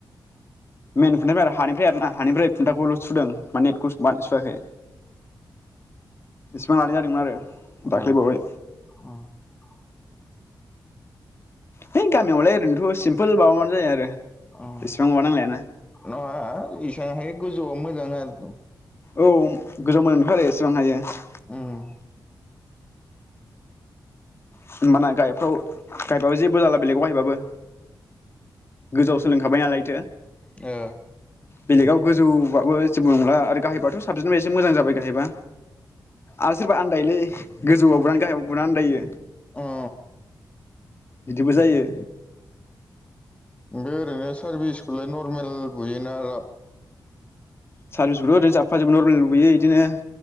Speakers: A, on the left; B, on the left.
A: मेन खुन्थानिफ्राय आरो हानिफ्राय आर ना हानिफ्राय खुन्थाखौल' सुदों माने नेटखौ सुआखै बेसिबां लानाय जादोंमोन आरो
B: ए
A: दाख्लैबावै है गामियावलाय ओरैनोथ' सिमपोल माबामानो जायो आरो
B: अ
A: इसिबां माबा नांलायाना
B: न <unintelligible> गोजौआव मोजां <unintelligible>
A: औ गोजौ <unintelligible>
B: उम
A: होमबाना गाहायफ्राव गायबाबो जेबो जाला बेलेगाव गायबाबो गोजौआव सोलोंखाबाय नालायथो
B: ओ
A: बेलेगाव गोजौबाबो जेबो नंला आरो गाहायबाथ' साबसिनबायसो मोजां जाबाय गाहायबा आरो सोरबा आन दायलै गोजौआव बानो गाहायाव बुना आनदायो
B: अ अ
A: बिदिबो जायो
B: बे ओरैनो सारभिसखौलाय नरमेल बुयोना राब
A: सारभिसखौथ' ओरैनो जाबबफा जोबो नरमेलबो बुबोयो इदिनो